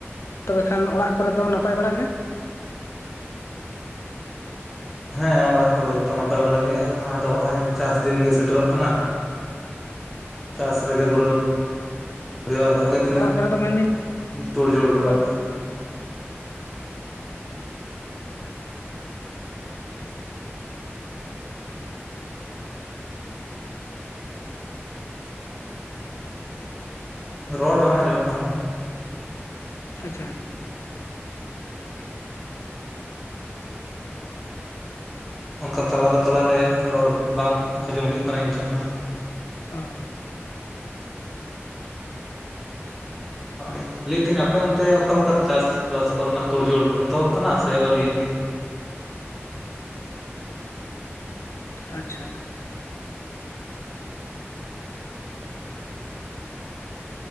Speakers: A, on the left (about 75°); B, in the centre.
A: ᱛᱚᱵᱮ ᱠᱷᱟᱱ ᱚᱲᱟᱜ ᱠᱚᱨᱮ ᱫᱚ, ᱱᱟᱯᱟᱭ ᱵᱟᱲᱟ ᱜᱮ?
B: ᱦᱮᱸ ᱚᱲᱟᱜ ᱠᱚᱨᱮᱫᱚ ᱡᱚᱛᱚ ᱱᱟᱯᱟᱭ ᱵᱟᱲᱟ ᱜᱮ, ᱟᱫᱚ ᱱᱚᱜᱼᱚᱭ ᱪᱟᱥ ᱫᱤᱱ ᱜᱮ ᱥᱮᱴᱮᱨᱚᱜ ᱠᱟᱱᱟ᱾ ᱪᱟᱥ ᱨᱮᱜᱮ ᱫᱷᱩᱨᱟᱹ ᱦᱩᱭᱩᱜᱼᱟ᱾ <unintelligible> ᱛᱤᱱᱟᱹᱜ
A: ᱚᱲᱟᱜ ᱠᱚᱨᱮ ᱫᱚ ᱢᱮᱱᱫᱟᱹᱧ
B: ᱛᱳᱲ ᱡᱳᱲ ᱠᱟᱫᱟ
A: ᱛᱚ
B: ᱯᱮ᱾ ᱨᱚᱲ ᱵᱟᱝ ᱟᱸᱡᱚᱢᱚᱜ ᱠᱟᱱᱟ᱾
A: ᱟᱪᱪᱷᱟ
B: ᱚᱱᱠᱟ ᱛᱟᱞᱟᱨᱮ - ᱛᱟᱞᱟᱨᱮ ᱨᱚᱲ ᱵᱟᱝ ᱟᱸᱡᱚᱢ ᱦᱤᱡᱩᱜ ᱠᱟᱱᱟ ᱤᱧ ᱴᱷᱮᱱ ᱟᱨᱠᱤ᱾
A: ᱚ <inaudible>
B: ᱦᱳᱭ ᱞᱟᱹᱭᱮᱫᱤᱧ ᱛᱟᱦᱞᱮ ᱟᱯᱮ ᱚᱱᱛᱮ ᱚᱠᱟᱞᱠᱟ, ᱪᱟᱥᱵᱟᱥ ᱠᱚᱨᱮᱱᱟᱜ ᱛᱩᱲ-ᱡᱳᱲ ᱮᱛᱚᱦᱚᱵ ᱟᱠᱟᱱᱟ, ᱥᱮ ᱟᱹᱣᱨᱤᱭᱟᱼᱜ ᱜᱮᱭᱟ᱾
A: ᱟᱪᱪᱷᱟ